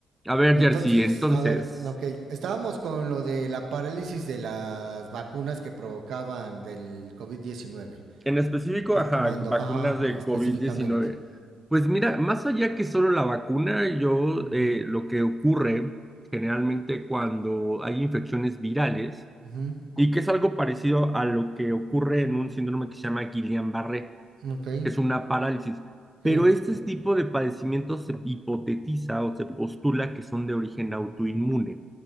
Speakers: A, in the centre; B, on the right.
A: A ver,
B: Entonces,
A: Jersey, entonces,
B: a ver, ok, estábamos con lo de la parálisis de las vacunas que provocaban del covid diecinueve.
A: en específico,
B: Retomando,
A: ajá, vacunas
B: ajá,
A: de
B: específicamente.
A: covid diecinueve. Pues mira, más allá que solo la vacuna, yo
B: Ujú,
A: eh, lo que ocurre generalmente cuando hay infecciones virales,
B: ujú,
A: y que es algo parecido a lo que ocurre en un síndrome que se llama Guillain-Barré.
B: ok,
A: que es una parálisis. Pero
B: eh,
A: este tipo de padecimientos se hipotetiza o se postula que son de origen autoinmune.